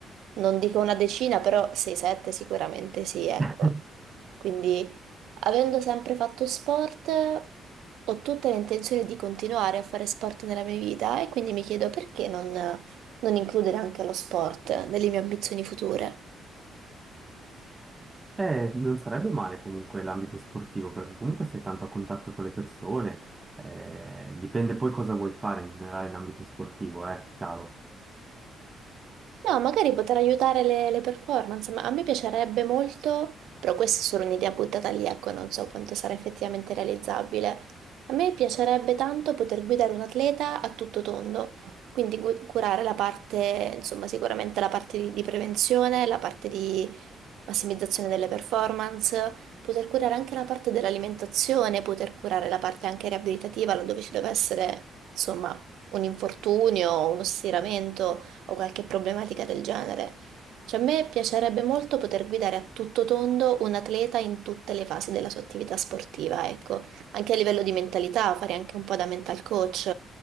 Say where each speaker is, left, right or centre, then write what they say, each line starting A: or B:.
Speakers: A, on the right; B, on the right.
A: non dico una decina, però 6-7 sicuramente sì, ecco.
B: <laughs>
A: Quindi, avendo sempre fatto sport, ho tutte le intenzioni di continuare a fare sport nella mia vita e quindi mi chiedo perché non non includere anche lo sport nelle mie ambizioni future.
B: Eh, non sarebbe male comunque l'ambito sportivo, perché comunque sei tanto a contatto con le persone, eh, dipende poi cosa vuoi fare in generale in ambito sportivo, è chiaro.
A: No, magari poter aiutare le, le performance, ma a me piacerebbe molto, però questa è solo un'idea buttata lì, ecco, non so quanto sarà effettivamente realizzabile. A me piacerebbe tanto poter guidare un atleta a tutto tondo, quindi gu- curare la parte, insomma, sicuramente la parte di, di prevenzione, la parte di massimizzazione delle performance, poter curare anche la parte dell'alimentazione, poter curare la parte anche riabilitativa, laddove ci deve essere, insomma, un infortunio, uno stiramento o qualche problematica del genere. Cioè, a me piacerebbe molto poter guidare a tutto tondo un atleta in tutte le fasi della sua attività sportiva, ecco, anche a livello di mentalità, fare anche un po' da mental coach.